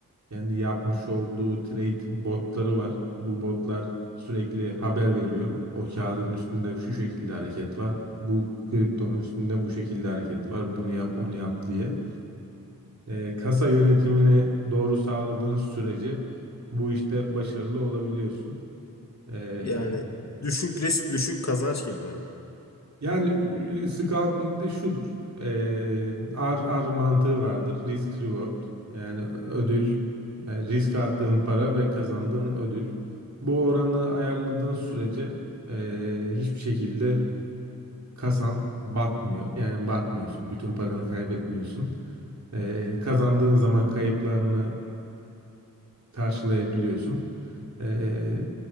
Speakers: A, on the right; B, on the left.
A: Kendi yapmış olduğu trade botları var. Bu botlar sürekli haber veriyor. O kağıdın üstünde şu şekilde hareket var. Bu kriptonun üstünde bu şekilde hareket var. Bunu yap, onu yap diye. E, kasa yönetimini doğru sağladığın sürece bu işte başarılı olabiliyorsun. E,
B: Yani düşük risk düşük kazanç gibi mi?
A: yani e, scalping de şudur. E, R R mantığı vardır. Risk reward. Yani ödül, yani risk attığın para ve kazandığın ödül. Bu oranı ayarladığın sürece e, hiçbir şekilde kasan batmıyor. Yani batmıyorsun. Bütün paranı kaybetmiyorsun. E, kazandığın zaman kayıplarını karşılayabiliyorsun. Ee,